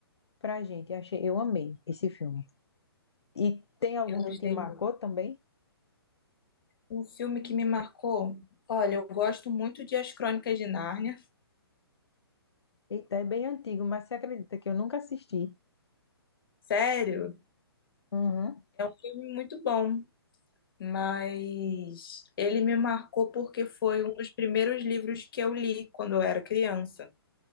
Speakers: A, on the left; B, on the left.
A: para gente. Achei, eu amei esse filme. E tem algum
B: eu gostei
A: que te marcou
B: muito.
A: também?
B: Um filme que me marcou, olha, eu gosto muito de As Crônicas de Nárnia,
A: Eita, é bem antigo, mas você acredita que eu nunca assisti?
B: sério,
A: Uhum.
B: filme muito bom, mas ele me marcou porque foi um dos primeiros livros que eu li quando eu era criança.